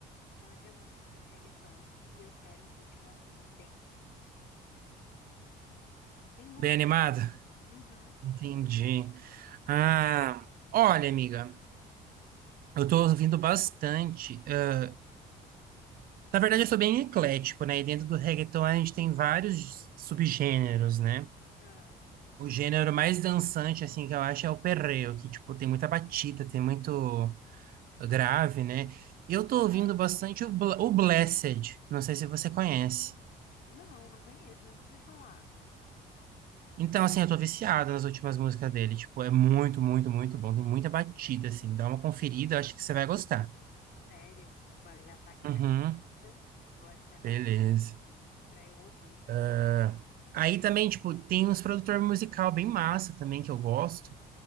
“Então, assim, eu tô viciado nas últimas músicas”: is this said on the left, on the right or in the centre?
Right